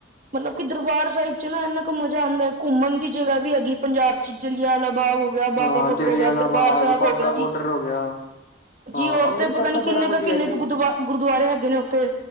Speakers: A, on the right; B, on the left.
A: ਮਤਲਬ ਕਿ ਦਰਬਾਰ ਸਾਇਬ ਚ ਨਾ ਅਨਾਕ ਮਜ਼ਾ ਆਂਦਾ ਕੁੰਮਨ ਦੀ ਜਗ੍ਹਾ ਵੀ ਹੈਗੀ, ਪੰਜਾਬ ਚ ਜਲਿਆਲਾ ਬਾਗ ਹੋ <unintelligible>
B: ਹਾਂ
A: ਬਾਂਗਾਬੋਡਰ
B: ਜਲਿਆਂਵਾਲਾ
A: ਹੋ ਗੇਆ ਦਰਬਾਰ
B: ਬਾਗ,
A: ਸਾਬ
B: ਬਾਘਾ
A: ਹੋ ਗੇਆ
B: ਬੋਡਰ
A: ਜੀ
B: ਹੋ ਗਿਆ, ਹਾਂ
A: ਜੀ ਔਰ
B: ਅੰਮ੍ਰਿਤਸਰ
A: ਤੇ ਪਤਾ
B: ਤਾਂ
A: ਨੀ
B: ਬੜਾ
A: ਕਿੰਨੇ
B: ਵਧੀਆ
A: ਕ, ਕਿੰਨੇ
B: ਜੀ।
A: ਕ ਗੁਦਵਾ, ਗੁਰਦੁਵਾਰੇ ਹੈਗੇ ਨੇ ਓਥੇ